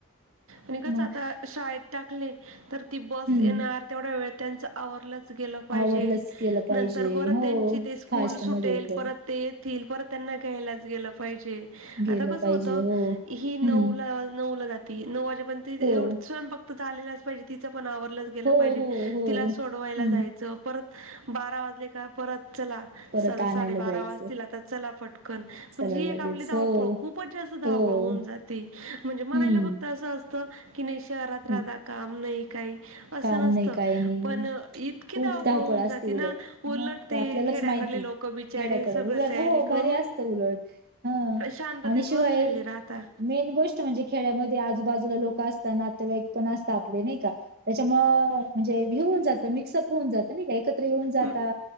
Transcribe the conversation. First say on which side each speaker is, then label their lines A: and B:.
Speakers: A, on the right (about 65°); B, on the right (about 45°).
A: आणिच
B: मग
A: आता शाळेत टाकले तर ती बस
B: हम्म
A: येणार तेवढ्या वेळ त्यांचं आवरलंत. गेलं पाहिजे
B: आवरलंच केलं पाहिजे
A: नंतर परत
B: हो
A: त्यांची ते स्कूल
B: फास्ट मध्ये
A: सुटेल
B: एकदम
A: परत ते. तील परत त्यांना घ्यायलाच ज गेलं पाहिजे
B: गेलं
A: आता कस
B: पाहिजे
A: होत
B: हो
A: ही
B: हम्म
A: नऊ. तवाच नऊला जाती नऊ वाजेपर्य ती दी
B: हो
A: एवढं स्वयंक त झालेलाच पाहिजे तिचं पण आवरलंच. गेला
B: हो,
A: पाहिजे
B: हो, हो.
A: तिला सोडवायला
B: हं.
A: जायचं परत बारा वाजले का परत चला.
B: परत
A: चला
B: आणायला
A: साडेबारा
B: जायचं
A: वाजला आता चला फटकन
B: सगळं
A: म्हणजे
B: लगेच.
A: एक आपली धावपळ.
B: हो,
A: खूपच जास्त धावपळ
B: हो.
A: होऊन जाती. म्हणजे म्हणायला
B: हं.
A: फक्त असं असत की नाही शहरात राहता
B: हं.
A: काम नाही काही. असं
B: काम
A: नसतं
B: नाही, काही नाही.
A: पण इतकी
B: खूप
A: धावपळ होऊन जाते
B: असते
A: ना
B: उलट.
A: उलटते
B: मग ते आपल्यालाच
A: खेड्याकडले
B: माहिती.
A: लोक बी ''--'' चारे
B: खेड्याकडं
A: सगळ
B: उलट
A: तयारी
B: हो भारी
A: करून
B: असतं उलट. हं.
A: शांततेत
B: आणि शिवाय
A: बसलेले राहता.
B: मेन गोष्ट म्हणजे खेड्यामध्ये आजूबाजूला लोक असतात नातेवाईक पण असतात आपले नाही का. त्याच्यामुळ
A: हो
B: म्हणजे घेऊन जातं मिक्सअप. होऊन जात नाही का एकत्र येऊन जाता
A: म-